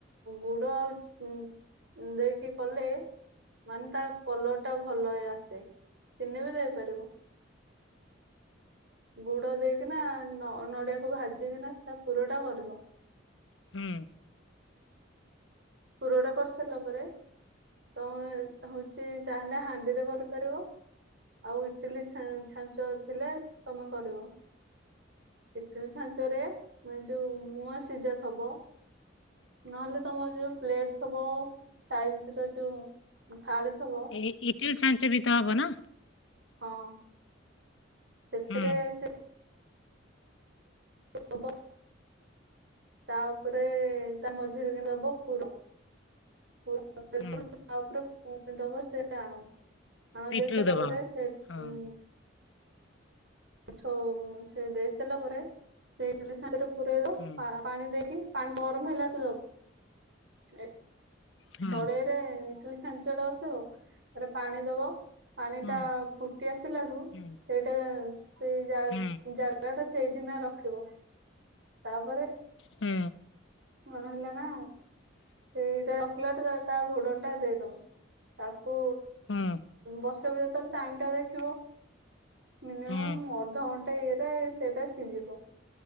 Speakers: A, on the right (about 65°); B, on the left (about 75°).
A: ଗୁଡ ଆଉ ଉଁ ଉଁ ଦେଇକି କଲେ ମାନେ ତା କଲର୍ ଟା ଭଲ ହେଇ ଆସେ। ଚିନି ବି ଦେଇପାରିବ ଗୁଡ ଦେଇକିନା ନ ନଡ଼ିଆକୁ ଭାଜିକିନା ତା ପୁରଟା କରିବ।
B: ହୁଁ।
A: ପୁରଟା କର୍ ସାରିଲା ପରେ ତମେ ହଉଛି ଚାହିଁଲେ ହାଣ୍ଡିରେ କରିପାରିବ ଆଉ ଇଟିଲି ଛା ଛା ଞ୍ଚ ଥିଲେ ତମେ କରିବ ଇଟିଲି ଛାଞ୍ଚରେ ମାନେ ଯୋଉ ମୁୂଆଁ ସିଝା ଥବ ନହେଲେ ତମର ଯୋଉ ପ୍ଲେଟ୍ ଥବ ତା ଭିତରେ ଯୋଉ ଥାଳି ଥିବ
B: ଏ ଇଟିଲି ଛାଞ୍ଚ ବି ତ ହବ ନା?
A: ହଁ। ସେଥିରେ
B: ହୁଁ
A: ସେ ହବ। ତାଉପରେ ତା ମଝିରେ କିନା ଦବ ପୁର ପୁର। <unintelligible>
B: ହୁଁ
A: ତା ଉପରେ ପୁଣି ଦେବ ସେ ଆଣ। ଆଣ
B: ପିଠଉ
A: ଦେଇ ସାରିଲା
B: ଦବ
A: ପରେ ସେ
B: ହଁ।
A: ଉଁ ପିଠଉ ସେ ଦେଇ ସାରିଲା ପରେ ସେ ଇଟିଲି ଛାଞ୍ଚ ଟାକୁ ପରେଇ ବ
B: ହୁଁ
A: ପା ପାଣି ଦେଇକି ପାଣି ଗରମ ହେଲାଠୁ ଦବ ଏ
B: ହୁଁ
A: କଡେଇରେ ଇଟିଲି ଛାଞ୍ଚଟା ବସେଇବ। ତାପରେ ପାଣି ଦବ। ପାଣିଟା
B: ହୁଁ
A: ଫୁଟି ଆସିଲା ଠୁ,
B: ହୁଁ
A: ସେଇଟା ସେଇ
B: ହୁଁ
A: ଜାଗା ଟା ସେଇଠି ନା ରଖିବ। ତାପରେ
B: ହୁଁ।
A: କଣ ହେଲା ନା? ସେଇଟା ରଖିଲାଠୁ, ତା ଘୋଡ଼ଣିଟା ଦେଇଦବ। ତାକୁ
B: ହୁଁ
A: ବସେଇବ ଯେତେବେଳେ, ଟାଇମ ଟା ଦେଖିବ। ମିନିମମ୍
B: ହୁଁ
A: ଅଧଘଣ୍ଟା ଇଏରେ ସେଇଟା ସିଝିବ।